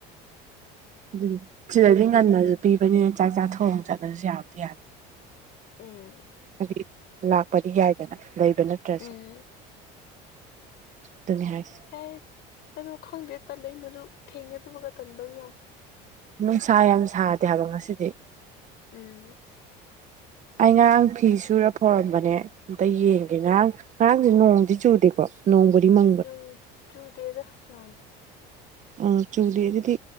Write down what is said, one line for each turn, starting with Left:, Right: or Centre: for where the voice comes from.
Right: ꯑꯗꯨ ꯁꯤꯗꯗꯤ ꯉꯟꯅꯁꯨ ꯄꯤꯕꯅꯤꯅ ꯆꯥꯛ ꯆꯥ ꯊꯣꯡꯣꯡ ꯆꯠꯂꯁꯨ ꯌꯥꯎꯗꯤ ꯌꯥꯗꯦ
Left: ꯎꯝ
Right: ꯍꯥꯏꯗꯤ ꯂꯥꯛꯄꯗꯤ ꯌꯥꯏꯗꯅ ꯂꯩꯕ ꯅꯠꯇ꯭ꯔꯁꯨ
Left: ꯎꯝ
Right: ꯑꯗꯨꯅ ꯍꯥꯏꯁ
Left: ꯌꯥꯏ ꯑꯗꯨ ꯈꯪꯗꯦ ꯇꯜꯂ ꯃꯗꯨ ꯊꯦꯡꯉꯦ ꯑꯗꯨꯕꯒ ꯇꯟꯗꯧ ꯌꯥꯎꯋ
Right: ꯅꯨꯡꯁꯥ ꯌꯥꯝ ꯁꯥꯗꯦ ꯍꯥꯏꯕ ꯉꯁꯤꯗꯤ
Left: ꯎꯝ
Right: ꯑꯩ ꯉꯔꯥꯡ ꯐꯤ ꯁꯨꯔ ꯐꯧꯔꯝꯕꯅꯦ ꯑꯝꯇ ꯌꯦꯡꯒꯦ ꯉꯔꯥꯡ ꯉꯔꯥꯡꯁꯦ ꯅꯣꯡꯗꯤ ꯆꯨꯗꯦꯀꯣ ꯅꯣꯡꯕꯔꯤ ꯃ
Left: ꯇꯨ ꯇꯨ ꯗꯦꯁ ꯅꯗꯤ
Right: ꯑꯥ ꯆꯨꯗꯦ ꯑꯗꯨꯗꯤ